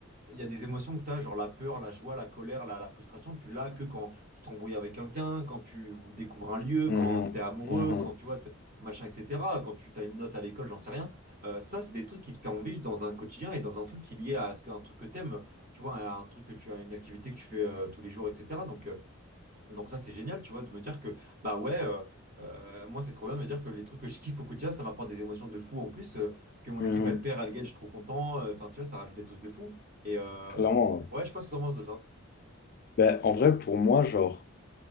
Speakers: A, on the right (about 40°); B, on the left (about 45°).
A: il y a des émotions que tu as, genre la peur, la joie, la colère, la, la frustration, tu l'as que quand tu t'embrouilles avec quelqu'un, quand tu vous découvres un lieu,
B: Mhm,
A: quand tu es amoureux,
B: mhm,
A: quand tu vois, t- machin, etc., quand tu as une note à l'école, j'en sais rien. Euh, ça, c'est des trucs qui te font vivre dans un quotidien et dans un truc qui est lié à ce que, un truc que tu aimes, tu vois, un truc que tu as une activité que tu fais euh, tous les jours, etc. Donc, euh, donc ça, c'est génial, tu vois, de me dire que, bah ouais, euh, euh, moi, c'est trop bien de me dire que les trucs que je kiffe au quotidien, ça m'apporte des émotions de fou en plus, euh, que mon
B: mhm.
A: équipe, elle perd, elle gagne, je suis trop content, euh, enfin, tu vois, ça rajoute des trucs de fou. Et euh,
B: Clairement. ouais.
A: ouais, je pense que t'en penses de ça.
B: Ben, en vrai, pour moi, genre,